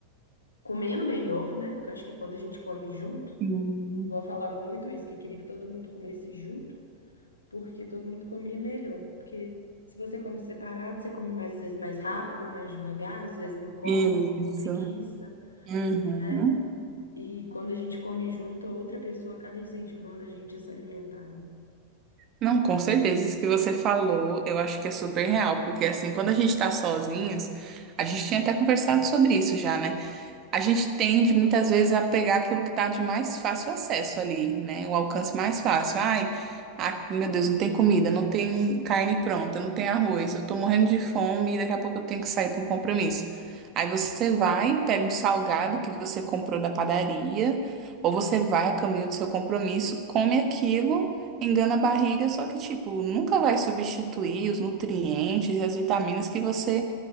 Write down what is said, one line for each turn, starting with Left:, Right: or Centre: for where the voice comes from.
Left: comendo melhor, né? Porque eu acho que quando a gente come junto,
Right: Sim.
Left: vó falava muito isso, que queria que todo mundo comesse junto. porque todo mundo comia melhor. Porque se você come separado, você come mais, às vezes mais rápido, mais devagar, às vezes não come,
Right: Isso.
Left: com preguiça,
Right: Uhum.
Left: né? E quando a gente come junto, a outra pessoa acaba incentivando a gente a se alimentar, né?
Right: Não, com certeza, isso que você falou, eu acho que é super real, porque assim, quando a gente tá sozinhas, a gente tinha até conversado sobre isso já, né? A gente tende muitas vezes a pegar aquilo que está de mais fácil acesso ali, né? O alcance mais fácil. Ai, ah, meu Deus, não tem comida, não tem carne pronta, não tem arroz, eu tô morrendo de fome e daqui a pouco eu tenho que sair para um compromisso. Aí você vai, pega um salgado que você comprou da padaria, ou você vai a caminho do seu compromisso, come aquilo, engana a barriga, só que, tipo, nunca vai substituir os nutrientes e as vitaminas que você